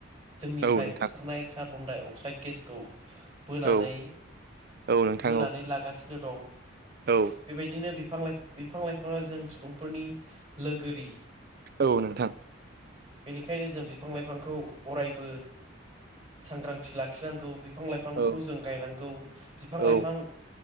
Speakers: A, on the right; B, on the right.
A: जोंनिफ्राय
B: औ नोंथां
A: ओंखारनाय कार्बन डाइअक्साइड गेसखौ बोनानै
B: औ औ नोंथां
A: बोनानै लागासिनो दं
B: औ
A: बेबायदिनो बिफां लाइफाङा जों सुबुंफोरनि लोगोरि
B: औ नोंथां
A: बेनिखायनो जों बिफां लाइफांखौ अरायबो सांग्रां थि लाखिनांगौ बिफां लाइफांखौ
B: औ
A: जों गायनांगौ बिफां
B: औ
A: लाइफां